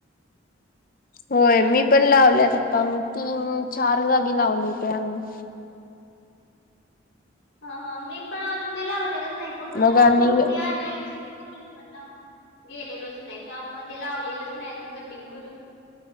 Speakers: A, on the left; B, on the left.
A: होय मी पण लावलेत आता मी तीन चार जागी लावले ते आम्ही.
B: ह ह मी पण अजून ते लावलेलंच नाही ग कसं
A: मग आणि
B: कुंडी आणायची म्हणलं दा गेलेलोच नाही त्यामुळे ते लावलेलच नाही अजून कटिंग करून.